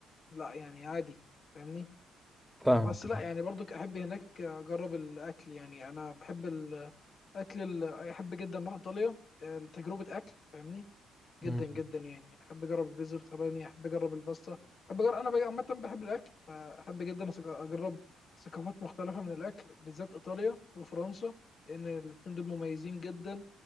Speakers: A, on the left; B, in the centre.
A: لا يعني عادي فاهمني آه،
B: فاهمك
A: بس لا
B: اه
A: يعني برضك احب هناك اجرب الاكل يعني انا بحب الاكل ال- احب جدا اروح ايطاليا آه، لتجربه اكل فاهمني
B: مم.
A: جدا جدا يعني احب اجرب البيتزا الايطالية احب اجرب الباستا احب اجرب انا بقى عامه بحب الاكل فاحب جدا أس- اجرب ثقافات مختلفه من الاكل بالذات ايطاليا وفرنسا لان الاتنين دول مميزين جدا